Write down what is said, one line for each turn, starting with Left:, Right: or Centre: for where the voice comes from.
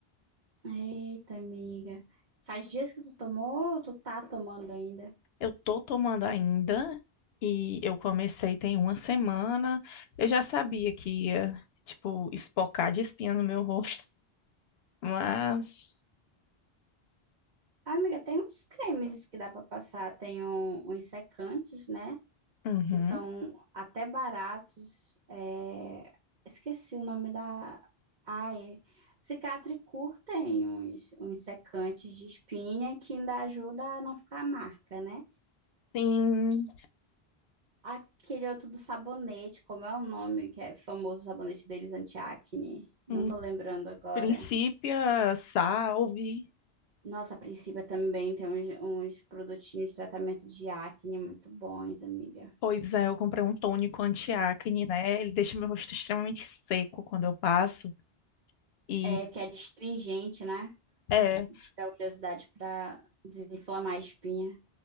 Right: Eita, amiga. Faz dias que tu tomou ou tu tá tomando ainda?
Left: Eu tô tomando ainda e eu comecei tem uma semana. Eu já sabia que ia, tipo, espocar de espinha no meu rosto, <laughs> mas
Right: Ah, amiga, tem uns cremes que dá pra passar, tem um- uns secantes, né?
Left: uhum.
Right: Que são até baratos. é, Esqueci o nome da. Ai, Cicatricur tem uns, uns secantes de espinha que ainda ajuda a não ficar marca, né?
Left: Sim,
Right: Aquele outro do sabonete, como é o nome que é famoso o sabonete deles anti-acne? Não
Left: em
Right: tô lembrando agora.
Left: princípio, salve.
Right: Nossa, a Principia também tem uns, uns produtinhos de tratamento de acne muito bons, amiga.
Left: Pois é, eu comprei um tônico anti-acne, né? Ele deixa meu rosto extremamente seco quando eu passo e
Right: É, que é astringente, né?
Left: é,
Right: Tira a oleosidade pra desinflamar a espinha.